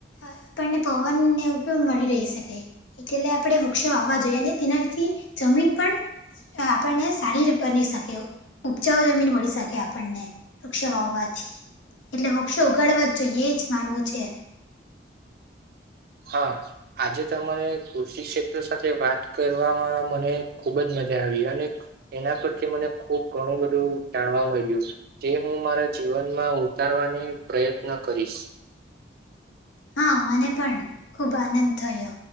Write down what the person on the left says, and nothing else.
આપણને પવનને એવું પણ મળી રહી શકે. એટલે આપણે વૃક્ષો વાવવા જોઈએ અને તેનાથી જમીન પણ અ આપણને સારી ર બની શકે એવું. ઉપજાઉ જમીન મળી શકે આપણને વૃક્ષો વાવવાથી. એટલે વૃક્ષો ઉગાડવા જ જોઈએ એ જ માનવું છે.
હા મને પણ ખૂબ આનંદ થયો.